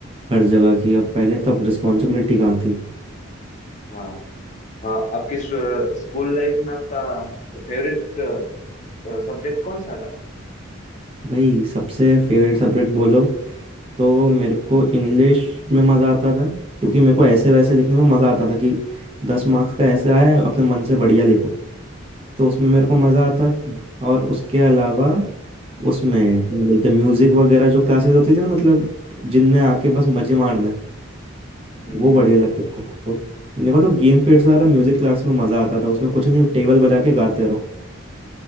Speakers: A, on the right (about 25°); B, on the left (about 35°).
A: हर जगह की अब पहले तब रिस्पॉन्सिबिलिटी कहाँ थी
B: हाँ हाँ आपकी स्कूल लाइफ में आपका फेवरेट सब्जेक्ट कौन सा था
A: भाई सबसे फेवरेट सब्जेक्ट बोलो तो मेरे को इंग्लिश में मज़ा आता था क्योंकि मेरे को ऐसे वैसे लिखने में मज़ा आता था कि दस मार्क्स का ऐसे आया है, अपने मन से बढ़िया लिखो तो उसमें मेरे
B: हाँ
A: को मज़ा
B: हाँ
A: आता था और उसके अलावा उसमें क्या बोलते म्यूज़िक वगैरह जो क्लासेस होती थी ना मतलब जिनमें आके बस मज़े मारने
B: हम्म
A: वो बढ़िया
B: हम्म
A: लगते थे मेरे को मेरे को तो गेम पीरियड से ज़्यादा म्यूज़िक क्लास में मज़ा आता था उसमें कुछ नहीं टेबल बजा के गाते रहो